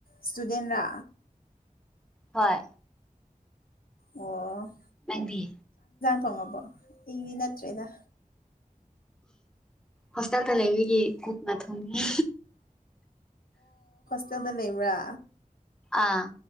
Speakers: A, on the left (about 80°); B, in the centre.
A: ꯁꯇꯨꯗꯦꯟ꯭ꯔꯥ
B: ꯍꯣꯏ
A: ꯑꯣ
B: ꯅꯪꯗꯤ
A: ꯐꯪꯉꯕꯣ ꯑꯩꯗꯤ ꯅꯠꯇ꯭ꯔꯦꯗ
B: ꯍꯣꯁꯇꯦꯜꯗ ꯂꯩ ꯔꯤꯒꯤ ꯚꯨꯠꯅꯥ ꯊꯣꯡꯉꯤ
A: ꯅꯊꯟꯗ ꯂꯩꯕ꯭ꯔꯥ
B: ꯑꯥ